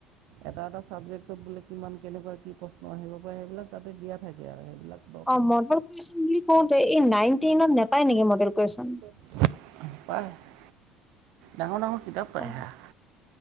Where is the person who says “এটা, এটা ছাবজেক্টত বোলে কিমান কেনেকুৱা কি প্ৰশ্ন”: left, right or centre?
Right